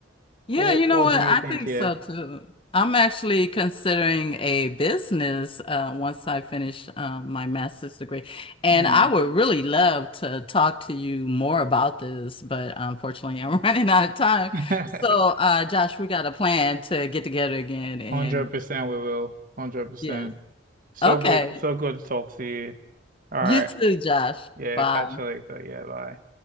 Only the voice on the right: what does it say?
What,
what
do you
think
here?
Hmm.
<laughs>
100% we will. 100%.
So
Okay. good. So good to talk to you. All right.
Yeah,
catch you later. Yeah, bye.